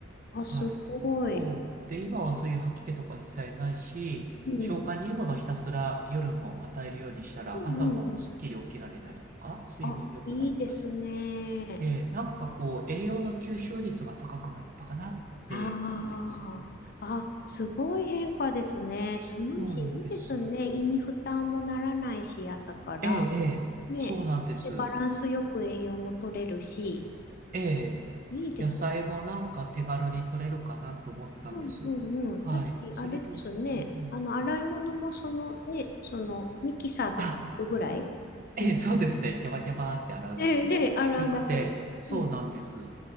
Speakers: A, on the left; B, on the right.
A: あ、
B: はい。
A: すごい。
B: そう。で、今はそういう吐き気とか一切ないし、
A: うん、
B: 消化にいいものをひたすら夜も与えるようにしたら、
A: うん、うん。
B: 朝もすっきり起きられたりとか、
A: うん
B: 睡眠良くなったり。
A: あ、いいですね。
B: で、なんかこう、栄養の吸収率が高くなったかなって感じますね。
A: ああ、あ、すごい変化ですね。スムージーいいですね。
B: そうなんです。
A: 胃に負担もならないし、朝から。
B: ええ、ええ、
A: ね。
B: そうなんです。
A: で、バランスよく栄養も取れるし、
B: ええ、
A: いいですね。
B: 野菜もなんか手軽に取れるかなと思ったんです。
A: うんうんうん。私、
B: はい。それで、
A: あれですね。
B: うんうん
A: あの、洗い物もそのね、そのミキサーとコップぐらいです。
B: あええ、<laughs> そうですね。ジャバジャバーって洗うだけでよくて、
A: で、で、洗うだけで。
B: そうなんです。
A: うん。う